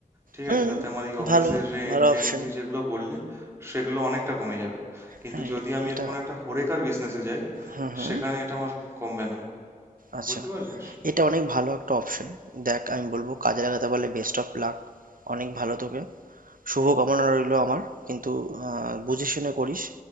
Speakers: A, on the right; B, on the right.
A: ঠিক
B: হুম
A: আছে তাতে আমার এই অফিসের
B: ভালো
A: রেন্ট
B: ভালো
A: টেন্ট
B: অপশন
A: তুই যেগুলো বললি সেগুলো অনেকটা কমে যাবে কিন্তু
B: হ্যাঁ
A: যদি আমি
B: এটা
A: এর কোনো একটা হরেকার বিজনেসে যাই
B: হুম হুম
A: সেখানে এটা আমার কমবে না
B: আচ্ছা,
A: বুঝতে পারলিস?
B: এটা অনেক ভালো একটা অপশন। দেখ আমি বলবো কাজে লাগাতে পারলে বেস্ট অফ লাক। অনেক ভালো তোকে। শুভ কামনা রইলো আমার। কিন্তু আহ, বুঝে শুনে করিস